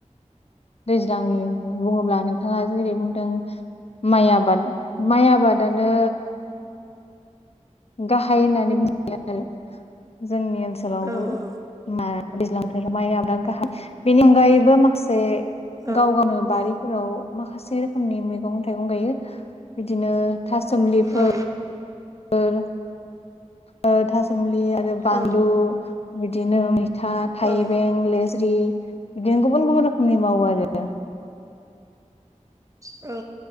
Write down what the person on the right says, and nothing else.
औ औ
औ
औ
औ
औ
औ।